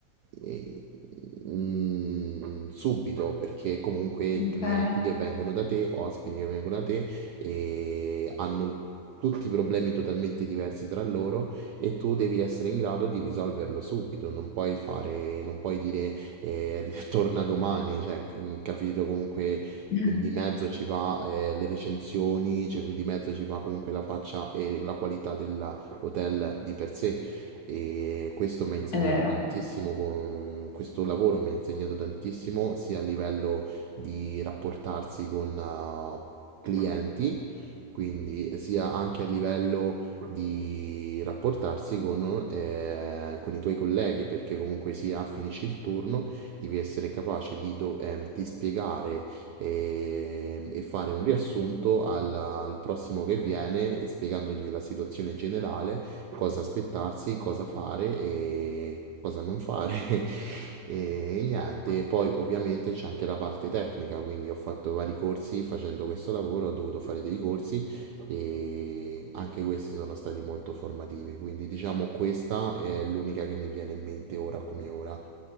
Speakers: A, on the right; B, on the left.
A: eh, mm, subito perché comunque i
B: Ok.
A: clienti che vengono da te, ospiti che vengono da te, eh, hanno tutti problemi totalmente diversi tra loro e tu devi essere in grado di risolverlo subito, non puoi fare, non puoi dire eh, <laughs> torna domani, cioè, mh, capito comunque
B: <laughs>
A: che di mezzo ci va eh, le recensioni, cioè, di mezzo ci va comunque la faccia e la qualità dell'hotel di per sé. E questo mi ha insegnato
B: È vero.
A: tantissimo, con, mm, questo lavoro mi ha insegnato tantissimo sia a livello di rapportarsi con eh, clienti, quindi sia anche a livello di rapportarsi con, eh, con i tuoi colleghi, perché comunque sia finisci il turno devi essere capace di, do- ehm, di spiegare ehm, e fare un riassunto al, al prossimo che viene, spiegandogli la situazione generale, cosa aspettarsi, cosa fare e cosa non fare. <laughs> E niente, poi ovviamente c'è anche la parte tecnica, quindi ho fatto vari corsi facendo questo lavoro, ho dovuto fare dei corsi e anche questi sono stati molto formativi, quindi diciamo questa è l'unica che mi viene in mente ora come ora.